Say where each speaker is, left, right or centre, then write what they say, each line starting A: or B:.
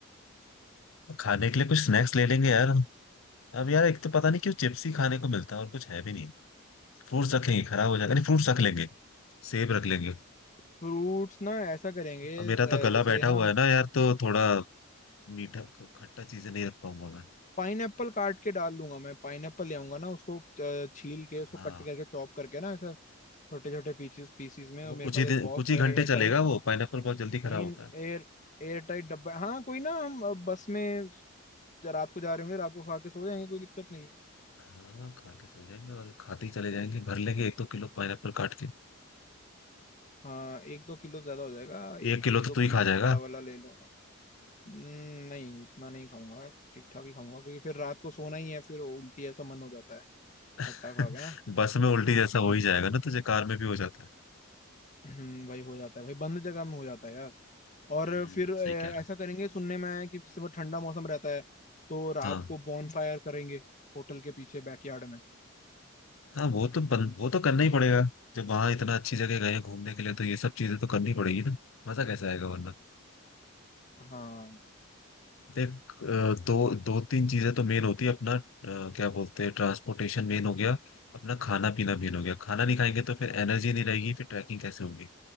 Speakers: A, on the left; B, on the left.
A: खाने के लिए कुछ स्नैक्स ले लेंगे यार अब यार एक तो पता नहीं क्यों चिप्स ही खाने को मिलता है और कुछ है भी नहीं फ्रूट्स रख लेंगे खराब हो जाएगा नहीं फ्रूट्स रख लेंगे सेब रख लेंगे
B: फ्रूट्स ना ऐसा करेंगे
A: अब मेरा
B: अ,
A: तो गला
B: जैसे
A: बैठा
B: ना
A: हुआ है ना यार तो थोड़ा मीठा ख- खट्टा चीजें नहीं रख पाऊंगा मैं
B: पाइनएप्पल काट के डाल लूंगा मैं पाइनएप्पल ले आऊंगा ना उसको अ, छील के उसको
A: हाँ
B: कट करके चॉप करके ना ऐसा छोटे छोटे पीसेस पीसीस में
A: तो
B: और
A: वो
B: मेरे
A: कुछ
B: पास
A: ही दिन
B: एक बॉक्स
A: कुछ ही
B: है
A: घंटे
B: एयर
A: चलेगा
B: टाइट
A: वो पाइनएप्पल बहुत जल्दी खराब
B: नहीं
A: होता है
B: एयर एयर टाइट डब्बा हाँ कोई ना हम अ, बस में ज- रात को जा रहे होंगे रात को खा के सो जाएंगे कोई दिक्कत नहीं है
A: हाँ खा के सो जाएंगे और खाते ही चले जाएंगे भर लेंगे एक दो किलो पाइनएप्पल काट के
B: हाँ एक दो किलो ज्यादा हो जाएगा एक
A: एक किलो
B: एक दो
A: तो तू ही
B: पीस
A: खा जाएगा
B: बड़ा वाला ले लूंगा हम्म, नहीं इतना नहीं खाऊंगा ठीक ठाक ही खाऊंगा क्योंकि फिर रात को सोना ही है फिर उल्टी ऐसा मन हो जाता है
A: <laughs>
B: खट्टा खा के ना
A: बस में उल्टी जैसा हो ही जाएगा ना तुझे कार में भी हो जाता है
B: हम्म, वही हो जाता है भाई बंद जगह में हो जाता है यार और
A: हम्म
B: फिर अ,
A: सही कह
B: ऐसा करेंगे सुनने में आया है कि जैसे वो ठंडा मौसम रहता है तो रात
A: रहा है।
B: को बॉनफायर करेंगे होटल के पीछे बैकयार्ड में
A: हाँ वो तो बन, वो तो करना ही पड़ेगा जब वहां इतना अच्छी जगह गए हैं घूमने के लिए तो ये सब चीजें तो करनी पड़ेगी ना मजा कैसे आएगा वरना
B: हाँ
A: देख अ, दो दो तीन चीजें तो मेन होती है अपना अ, क्या बोलते हैं ट्रांसपोर्टेशन मेन हो गया अपना खाना पीना मेन हो गया खाना नहीं खाएंगे तो फिर एनर्जी नहीं रहेगी फिर ट्रैकिंग कैसे होगी